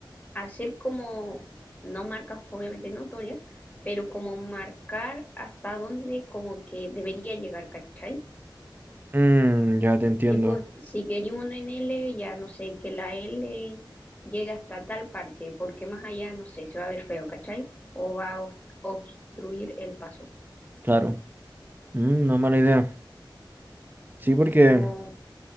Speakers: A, on the left (about 20°); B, on the right (about 25°).
A: hacer como, no marcas obviamente notorias, pero como marcar hasta dónde como que debería llegar, ¿cachai?
B: Mm, ya te entiendo.
A: Tipo, si quería una en L, ya no sé, que la L llegue hasta tal parte, porque más allá, no sé, se va a ver feo, ¿cachai? O va a obst- obstruir el paso.
B: Claro. Mm, no es mala idea. Sí, porque
A: Como,